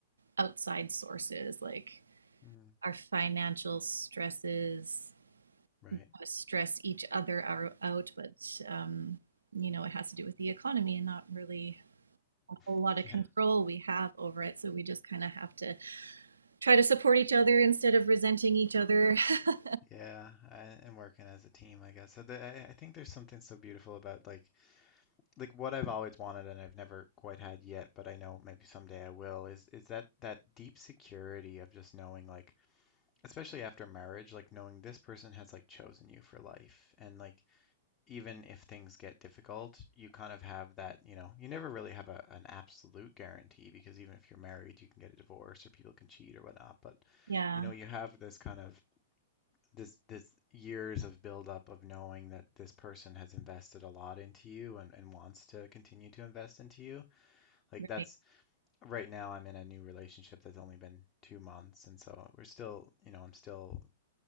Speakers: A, on the right; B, on the left.
A: outside sources, like
B: Mm,
A: our financial stresses
B: right.
A: uh, stress each other out, but um, you know, it has to do with the economy and not really a whole
B: <laughs>
A: lot of
B: Yeah.
A: control we have over it. So we just kind of have to try to support each other instead of resenting each other. <laughs>
B: Yeah. I, and working as a team, I guess. So the, I, I think there's something so beautiful about like like what I've always wanted and I've never quite had yet, but I know maybe someday I will, is is that that deep security of just knowing like especially after marriage, like knowing this person has like chosen you for life. And like even if things get difficult, you kind of have that, you know, you never really have a, an absolute guarantee because even if you're married, you can get a divorce or people can cheat or whatnot, but
A: Yeah,
B: you know, you have this kind of this this years of buildup of knowing that this person has invested a lot into you and, and wants to continue to invest into you. Like
A: right.
B: that's right now I'm in a new relationship that's only been two months, and so we're still, you know, I'm still